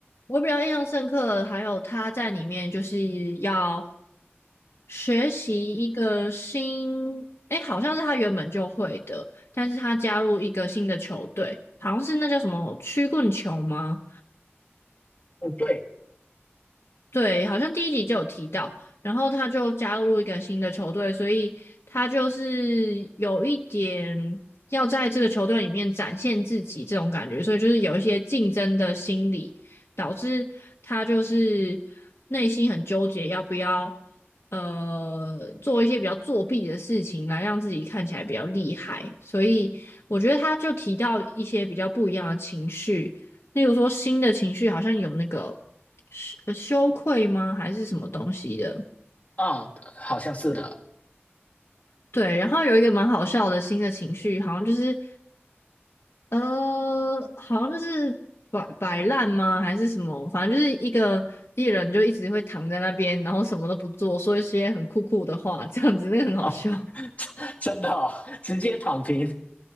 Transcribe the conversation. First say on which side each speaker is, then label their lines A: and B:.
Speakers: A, on the left (about 65°); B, on the left (about 30°).
A: 我比较印象深刻的还有他在里面就是要学习一个新，诶，好像是他原本就会的，但是他加入一个新的球队，好像是那叫什么曲棍球吗？
B: 嗯，对，
A: 对，好像第一集就有提到，然后他就加入一个新的球队，所以他就是有一点要在这个球队里面展现自己这种感觉，所以就是有一些竞争的心理，导致他就是内心很纠结，要不要呃做一些比较作弊的事情来让自己看起来比较厉害，所以我觉得他就提到一些比较不一样的情绪，例如说新的情绪好像有那个。羞呃羞愧吗？还是什么东西的？
B: 嗯，好像是的。
A: 对，然后有一个蛮好笑的新的情绪，好像就是呃，好像就是摆摆烂吗？还是什么？反正就是一个艺人就一直会躺在那边，然后什么都不做，说一些很酷酷的话，这样子那个很好笑。
B: 哦，<laughs> 真的哦，直接躺平。